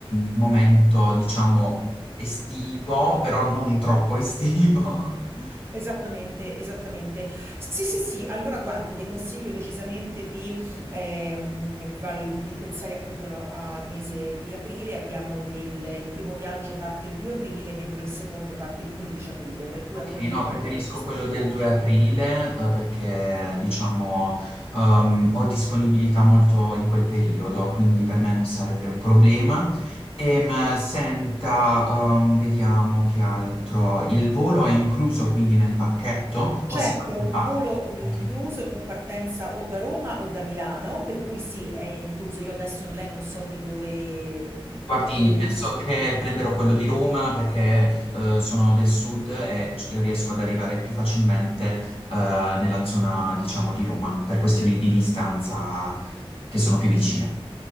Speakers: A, on the left; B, on the right.
A: un momento, diciamo, estivo, però non troppo estivo. <laughs>
B: Esattamente, esattamente. Sì, sì, sì, allora guardi, le consiglio decisamente di, ehm, val- di pensare appunto al, al mese di aprile. Abbiamo del, il primo viaggio parte il 2 aprile, mentre il secondo parte il 15 aprile, per cui
A: Ok,
B: attualmente
A: no, preferisco
B: abbiamo queste
A: quello
B: due
A: del
B: date.
A: 2 aprile, eh, perché diciamo ehm, ho disponibilità molto in quel periodo, quindi per me non sarebbe un problema. Ehm, senta, ehm, vediamo che altro. Il volo è incluso quindi nel pacchetto o
B: Certo,
A: si paga a
B: il
A: parte?
B: volo è
A: Ok.
B: incluso con partenza o da Roma o da Milano, per cui sì, è incluso. Io adesso lei non so di dove,
A: Guardi,
B: dove viva
A: penso
B: stabilmente.
A: che prenderò quello di Roma perché eh, sono del sud e c- riesco ad arrivare più facilmente eh, nella zona, diciamo, di Roma per questioni di distanza che sono più vicine.